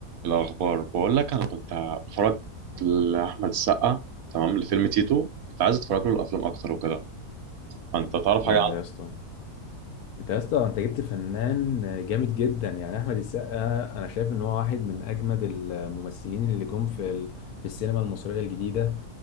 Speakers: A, on the right; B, on the left.
A: الأخبار بقول لك أنا كنت بتفرج لأحمد السقا تمام لفيلم تيتو كنت عايز أتفرج له الأفلام أكتر وكده فأنت تعرف حاجة
B: يا
A: عنه؟
B: يا اسطى انت يا اسطى انت جبت فنان جامد جدا يعني احمد السقا انا شايف ان هو واحد من اجمد الممثلين اللي جم في ال... في السينما المصريه الجديده